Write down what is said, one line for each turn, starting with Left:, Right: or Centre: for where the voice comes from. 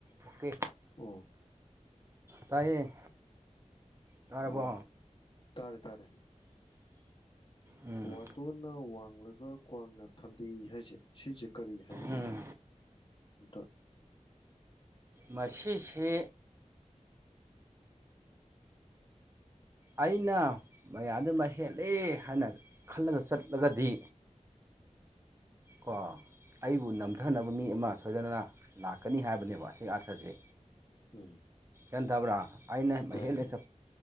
Right: ꯑꯣꯀꯦ
Left: ꯑꯣ꯫
Right: ꯇꯥꯏꯌꯦ꯫ ꯇꯥꯔꯕꯣ
Left: ꯑꯥ ꯇꯥꯔꯦ ꯇꯥꯔꯦ꯫
Right: ꯎꯝ
Left: ꯋꯥꯇꯣꯟꯅ ꯋꯥꯡꯂꯒ ꯀ꯭ꯋꯥꯛꯅ ꯐꯝꯗꯦꯛꯢ ꯍꯥꯏꯁꯦ ꯁꯤꯖꯦ ꯀꯔꯤ ꯍꯥꯏꯅꯤꯡꯉꯤꯅꯣ
Right: ꯎꯝ
Left: ꯑꯇ
Right: ꯃꯁꯤꯁꯤ ꯑꯩꯅ ꯃꯌꯥꯗꯨꯃ ꯍꯦꯜꯂꯦ ꯍꯥꯏꯅ ꯈꯜꯂꯒ ꯆꯠꯂꯒꯗꯤ ꯀ ꯑꯩꯕꯨ ꯅꯝꯊꯅꯕ ꯃꯤ ꯑꯃ ꯁꯣꯏꯗꯅꯅ ꯂꯥꯛꯀꯅꯤ ꯍꯥꯏꯕꯅꯦꯕ ꯁꯤ ꯑꯥꯔꯊꯁꯦ
Left: ꯎꯝ
Right: ꯩꯟ ꯇꯕ꯭ꯔꯥ ꯑꯩꯅ ꯃꯍꯦꯛ
Left: ꯇꯥꯏ ꯇꯥꯏ
Right: ꯆ